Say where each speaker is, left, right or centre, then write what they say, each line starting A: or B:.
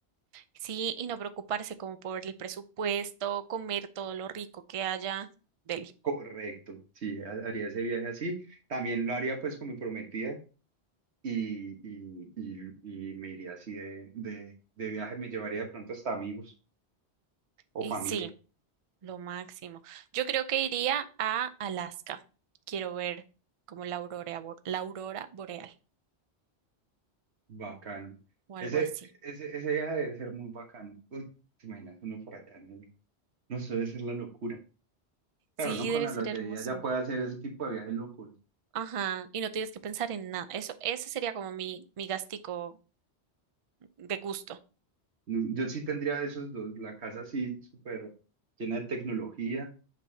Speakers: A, on the right (about 45°); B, on the right (about 75°).
A: Sí, y no preocuparse como por el presupuesto, comer todo lo rico que haya. Deli.
B: Correcto, sí, ha- haría ese viaje así. También lo haría pues con mi prometida y, y, y, y me iría así de, de, de viaje, me llevaría de pronto hasta amigos o
A: Y
B: familia.
A: sí, lo máximo. Yo creo que iría a Alaska. Quiero ver como la aurora, bo- la aurora boreal
B: Bacano.
A: o algo
B: Ese,
A: así.
B: ese, ese viaje debe ser muy bacano. Uy, ¿te imaginas uno por allá en el No, eso debe ser la locura. Claro,
A: Sí,
B: no con
A: debe
B: la
A: ser
B: lotería
A: hermoso.
B: ya puede hacer ese tipo de viajes locos.
A: Ajá, y no tienes que pensar en nada. Eso, ese sería como mi, mi gastico de gusto.
B: No, Yo sí tendría esos dos, la casa así súper llena de tecnología